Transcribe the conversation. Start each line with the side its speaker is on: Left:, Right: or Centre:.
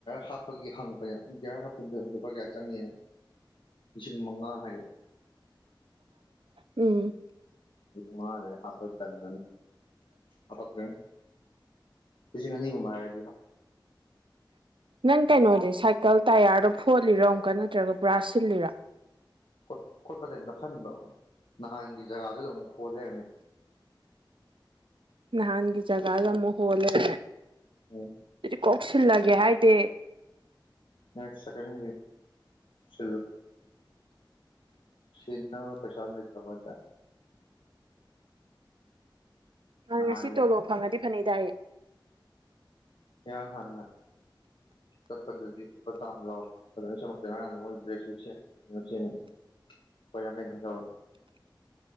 Left: ꯍꯥꯞꯄꯒꯤ ꯍꯪꯄ <unintelligible> ꯍꯥꯄ ꯂꯨꯄꯥ ꯀꯌꯥ ꯆꯪꯅꯤ ꯂꯤꯁꯤꯡ ꯃꯉꯥ ꯍꯥꯏꯔꯛꯦ
Right: ꯎꯝ
Left: ꯉꯔꯦ ꯍꯥꯞꯄ ꯇꯅꯤ ꯍꯥ <unintelligible>
Right: ꯅꯪ ꯀꯩꯅꯣꯗꯤ ꯁꯥꯏꯀꯜ ꯇꯌꯥꯔ ꯐꯣꯠꯂꯤꯔꯣ ꯑꯃꯨꯛꯀ ꯅꯠꯇ꯭ꯔꯒ ꯄꯨꯔꯥ ꯁꯤꯜꯂꯤꯔꯣ
Left: <unintelligible> ꯈꯣꯠꯄꯁ ꯅꯞꯁꯤꯟꯕ ꯅꯍꯥꯟꯒꯤ ꯖꯒꯥꯗꯨꯗ ꯑꯃꯨꯛ ꯍꯣꯖꯔꯅꯤ
Right: ꯅꯍꯥꯟꯒꯤ ꯖꯒꯥꯗ ꯑꯃꯨ ꯍꯣ <unintelligible>
Left: ꯎꯝ
Right: ꯀꯧꯁꯤꯜꯂꯒꯦ ꯍꯥꯏꯗꯦ
Left: <unintelligible> <unintelligible>
Right: ꯑ
Left: ꯅꯍꯥꯟ
Right: ꯉꯁꯤ
Left: ꯍꯦꯛ
Right: ꯇꯣꯂꯣꯞ ꯐꯪꯉꯗꯤ ꯐꯅꯦꯛ ꯇꯏꯌꯦ
Left: ꯏꯍꯥꯟ ꯈꯥꯟꯅ ꯆꯠꯄꯗꯗꯤ ꯂꯨꯄꯥ ꯆꯥꯝꯃ ꯂꯥꯎ ꯐꯖꯅ ꯁꯦꯝꯃꯛꯇꯦ ꯉꯔꯥꯡꯗꯤ ꯃꯣꯏ ꯕ꯭ꯔꯦꯛꯁꯨ ꯁꯦꯡꯉ <unintelligible>